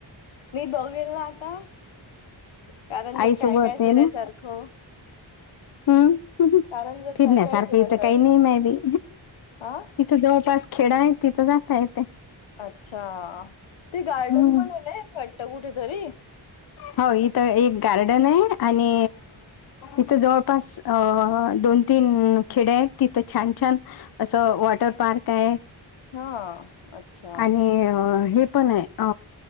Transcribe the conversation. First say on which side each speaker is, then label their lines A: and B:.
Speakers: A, on the left (about 80°); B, on the left (about 50°).
A: मी बघल ना आता कारंजात
B: आई
A: काय
B: सोबतत
A: काय
B: न
A: फिरायसारखं
B: हम्म
A: कारंजात
B: फिरण्यासारखं
A: काय काय फिरायसारखं
B: इथं काही नाही मारी
A: हा
B: जवळपास खेड आहे तिथं जाता येते
A: अच्छा ते गार्डन
B: हम्म.
A: पण आहे ना घट्ट कुठेतरी
B: हो इथं एक गार्डन आहे आणि इथं जवळपास अ दोन तीन खेडे आहेत तिथं छान छान असं वॉटर पार्क आहे
A: हः हं अच्छा
B: आणि हे पण आहे अ,